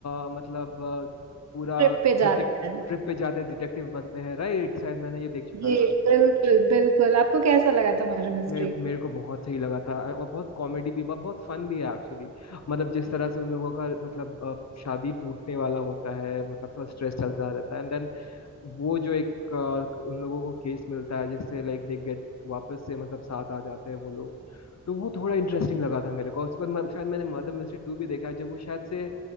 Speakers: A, on the left; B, on the right.
A: अ, मतलब अ, पूरा
B: ट्रिप पे
A: डिटेक्ट
B: जाते हैं
A: ट्रिप पे जाते हैं डिटेक्टिव बनते हैं राइट शायद मैंने ये देख चुका
B: जी
A: है
B: बिल्कुल बिल्कुल आपको कैसा लगा था मर्डर मिस्ट्री
A: मेरे मेरे को बहुत सही लगा था और बहुत कॉमेडी भी बहुत फन भी है एक्चुअली मतलब जिस तरह से उन लोगों का मतलब अ, शादी टूटने वाला होता है मतलब थोड़ा स्ट्रेस चलता रहता है एंड देन वो जो एक अ, उन लोगों को केस मिलता है जिससे लाइक दे गेट वापस से मतलब साथ आ जाते हैं वो लोग तो वो थोड़ा इंटरेस्टिंग लगा था मेरे को उस पर मैं, शायद मैंने मर्डर मिस्ट्री टू भी देखा है जब वो शायद से